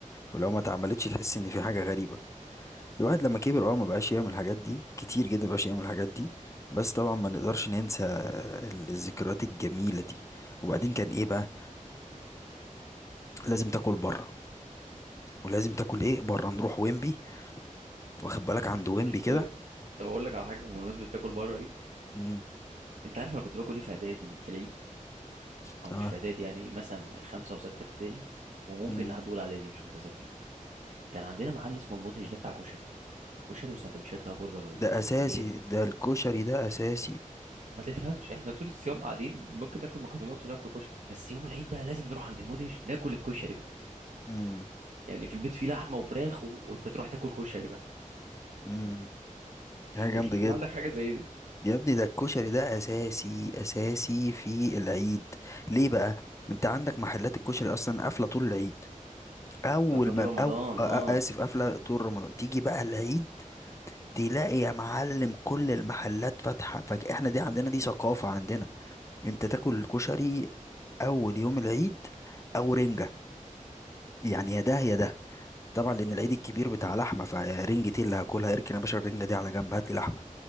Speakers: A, on the left (about 20°); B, on the right (about 65°).
A: ولو ما اتعملتش تحس ان في حاجة غريبة الواحد لما كبر اه ما بقاش يعمل الحاجات دي كتير جدا ما بقاش يعمل الحاجات دي بس طبعا ما نقدرش ننسى ال- الذكريات الجميله دي وبعدين كان ايه بقى لازم تاكل بره ولازم تاكل ايه بره نروح ويمبي واخد بالك عند ويمبي كده
B: طب طب اقول لك على حاجه بمناسبه تاكل بره دي
A: امم
B: انت عارف انا كنت باكل ايه في اعدادي في العيد
A: تمام
B: او مش في اعدادي يعني مثلا خمسه وسته ابتدائي وممكن
A: امم
B: لحد اولى اعدادي مش متذكر كان عندنا محل اسمه المدهش ده بتاع كشري كشري وسندوتشات بقى برجر و-
A: ده اساسي
B: وبانيه و-
A: ده الكشري ده اساسي
B: ما تفهمش احنا طول الصيام قاعدين ممكن ناكل مكرونات وناكل كشري بس يوم العيد بقى لازم نروح عند المدهش ناكل الكشري بقى
A: امم
B: يعني في البيت فيه لحمه وفراخ و... وانت تروح تاكل كشري بقى
A: امم حاجه جامده
B: اكيد كان
A: جدا
B: عندك حاجه زي دي
A: يا ابني ده الكشري ده اساسي اساسي في العيد ليه بقى انت عندك محلات الكشري اصلا قافله طول العيد اول
B: افلاطون
A: ما
B: رمضان
A: او آ-
B: اه
A: آ- اسف قافله طول رمضان تيجي بقى العيد تلاقي يا معلم كل المحلات فاتحه فاحنا دي عندنا دي ثقافه عندنا انت تاكل الكشري اول يوم العيد او رنجه يعني
B: امم
A: يا ده يا ده طبعا لان العيد الكبير بتاع لحمه فرنجتي اللي هاكلها اركن يا باشا الرنجه دي على جنب هات لي لحمه